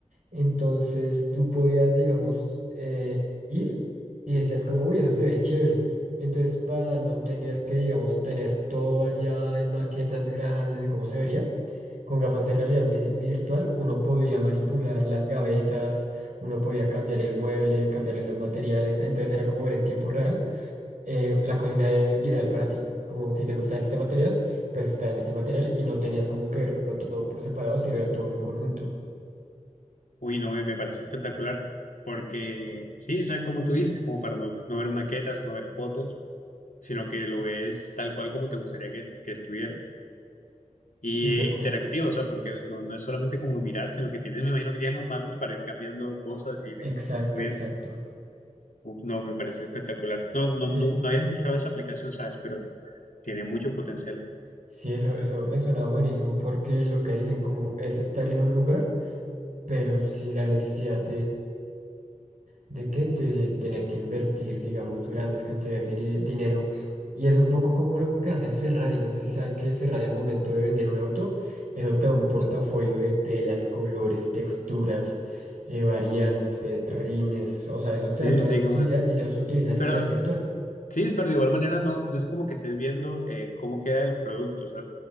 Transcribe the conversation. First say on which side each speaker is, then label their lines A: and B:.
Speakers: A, on the right; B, on the left.
A: Entonces tú podías, digamos, eh, ir y decías como, uy, eso se ve chévere. Entonces para no tener que, digamos, tener todo allá en maquetas grandes de cómo se vería, con gafas de realidad mi- virtual uno podía manipular las gavetas, uno podía cambiar el mueble, cambiarle los materiales, entonces era como ver en tiempo real eh, la cocina e- ideal para ti. Como si te gusta en este material, pues está en este material y no tenías como que verlo todo por separado, sino era todo en un conjunto.
B: Uy, no, me me pareció espectacular, porque sí, o sea, como tú dices, como para no, no ver maquetas, no ver fotos sino que lo ves tal cual como te gustaría que, que estuviera. Y
A: Sí,
B: eh,
A: tal cual.
B: interactivo, o sea, porque no, no es solamente como mirar, sino que tienes, me imagino que tienes los manos para ir cambiando cosas y ir
A: Exacto,
B: muy
A: exacto.
B: bien. Uf, no, me parece espectacular. No, no,
A: Sí,
B: no, no había escuchado esa aplicación, ¿sabes? Pero tiene mucho potencial.
A: sí, eso, eso me suena buenísimo porque lo que dicen como es estar en un lugar, pero sin la necesidad de qué, de tener que invertir, digamos, grandes cantidades de ni- dinero. Y es un poco como lo que hace Ferrari. No sé si sabes que Ferrari al momento de vender un auto, eso te da un portafolio de telas, colores, texturas, eh, variantes, rines. O sea, eso te
B: Sí,
A: da
B: sí,
A: todas
B: sí,
A: las posibilidades
B: como-
A: y ellos utilizan
B: Pero
A: realidad virtual.
B: sí, pero de igual manera no, no es como que estés viendo eh, cómo queda el producto, o sea,